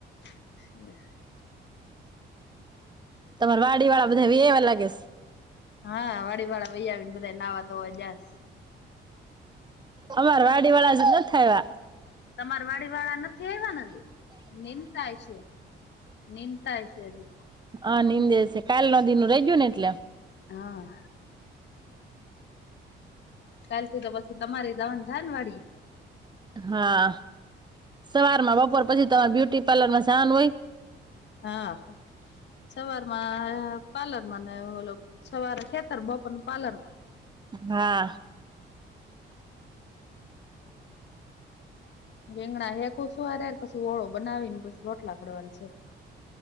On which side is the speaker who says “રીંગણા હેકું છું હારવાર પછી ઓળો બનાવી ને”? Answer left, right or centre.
Left